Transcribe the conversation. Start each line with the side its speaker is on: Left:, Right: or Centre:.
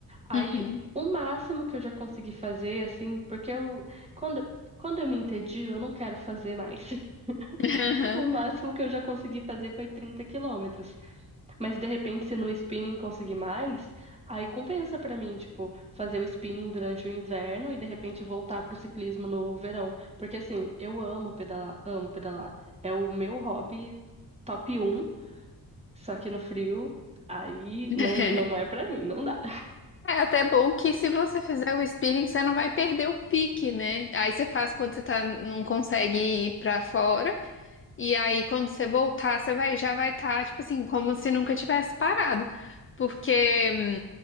Right: Aí,
Left: uhum.
Right: o máximo que eu já consegui fazer, assim, porque eu, quando, quando eu me entedio, eu não quero fazer mais. <laughs>
Left: aham.
Right: O máximo que eu já consegui fazer foi 30 quilômetros. Mas de repente, se no spinning conseguir mais, aí compensa pra mim, tipo, fazer o spinning durante o inverno e de repente voltar pro ciclismo no verão. Porque assim, eu amo pedalar, amo pedalar. É o meu hobby top um só que no frio, aí
Left: <laughs>
Right: não, não é pra mim, não dá.
Left: É até bom que se você fizer o spinning, você não vai perder o pique, né? Aí você faz quando você tá, não consegue ir para fora. E aí, quando você voltar, você vai, já vai estar, tipo assim, como se nunca tivesse parado. Porque,